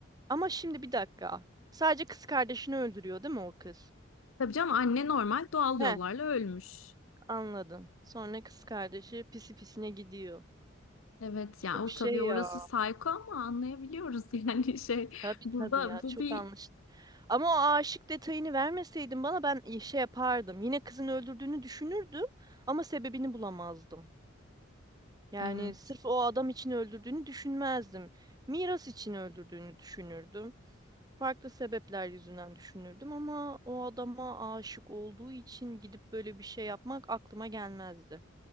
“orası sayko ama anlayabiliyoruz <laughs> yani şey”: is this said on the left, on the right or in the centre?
Left